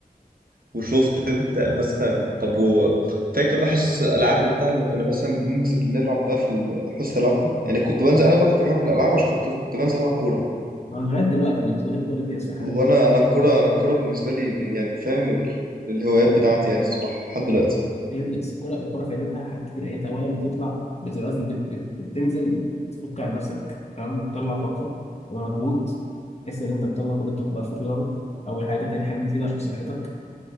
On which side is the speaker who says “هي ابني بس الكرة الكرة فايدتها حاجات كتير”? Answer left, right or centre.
Left